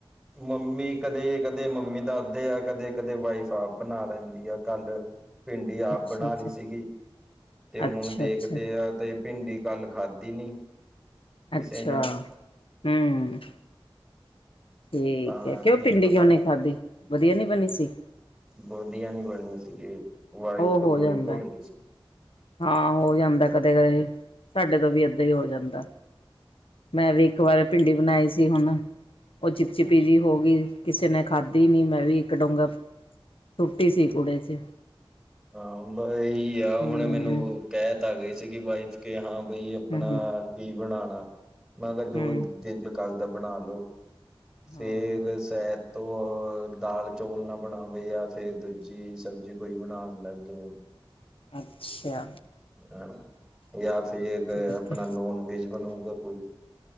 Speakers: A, in the centre; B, on the left.
A: ਮੰਮੀ ਕਦੇ-ਕਦੇ ਮੰਮੀ ਦੱਸਦੇ ਆ ਕਦੇ-ਕਦੇ ਵਾਈਫ ਆਪ ਬਣਾ ਲੈਂਦੀ ਆ ਕੱਲ ਭਿੰਡੀ ਆਪ
B: ਅੱਛਾ,
A: ਬਣਾ
B: ਅੱਛਾ,
A: ਲਈ ਸੀਗੀ, ਤੇ ਹੁਣ
B: ਅੱਛਾ,
A: ਦੇਖਦੇ
B: ਅੱਛਾ।
A: ਆ ਤੇ ਭਿੰਡੀ ਕੱਲ ਖਾਧੀ ਨੀ। ਕਿਸੇ
B: ਅੱਛਾ,
A: ਨੇ
B: ਹੂੰ। ਠੀਕ
A: ਤਾਂ
B: ਐ ਕਿਉਂ
A: ਕੀ
B: ਪਿੰਡੀ
A: ਪਤਾ
B: ਕਿਉਂ ਨਈ ਖਾਧੀ ਵਧੀਆ ਨੀ ਬਣੀ ਸੀ?
A: ਵਧੀਆ ਨੀ ਬਣੀ ਸੀਗੀ ਵਾਈਫ
B: ਉਹ
A: ਤੋ
B: ਹੋ
A: ਥੋੜੀ
B: ਜਾਂਦਾ
A: ਕੁਲਗੀ ਸੀ।
B: ਹਾਂ ਹੋ ਜਾਂਦਾ ਕਦੇ-ਕਦੇ ਸਾਡੇ ਤੋਂ ਵੀ ਏਦਾਂ ਈ ਹੋ ਜਾਂਦਾ, ਮੈਂ ਵੀ ਇੱਕ ਵਾਰ ਭਿੰਡੀ ਬਣਾਈ ਸੀ ਹੁਣ, ਉਹ ਚਿਪਚਿਪੀ
A: ਹਮ
B: ਜੀ ਹੋਗੀ। ਕਿਸੇ ਨੇ ਖਾਧੀ ਨੀ ਮੈਂ ਵੀ ਇੱਕ ਡੋਂਗਾ, ਸੁੱਟੀ ਸੀ ਕੁੂੜੇ ਚ।
A: ਹਾਂ ਬ ਇਹੀ ਆ ਹੁਣ
B: ਹਮ
A: ਮੈਨੂੰ ਕਹਿਤਾ ਆ ਗਈ ਸੀਗੀ ਵਾਈਫ ਕੇ ਹਾਂ ਬਈ ਆਪਣਾ
B: ਹਮ
A: ਕੀ ਬਣਾਂਣਾ ਮੈਂ ਕਿਹਾ ਜੋ
B: ਹਮ
A: ਦਿਲ ਕਰਦਾ ਬਣਾ ਲੋ।
B: ਹਾਂ
A: ਫੇਰ ਸੈਦ ਤੋਂ ਦਾਲ, ਚੌਲ ਨਾ ਬਣਾਵੇ ਜਾਂ ਫੇਰ ਦੂਜ ਜੀ ਸਬਜ਼ੀ ਕੋਈ ਬਣਾਣ ਲੱਗ ਜਵੇ।
B: ਅੱਛਾ।
A: ਹਾਂ, ਜਾਂ ਫਿਰ
B: ਠੀਕ
A: ਆਪਣਾ
B: ਹੈ
A: ਨੋਨ ਵੈਜ ਬਣੂਗਾ ਕੋਈ।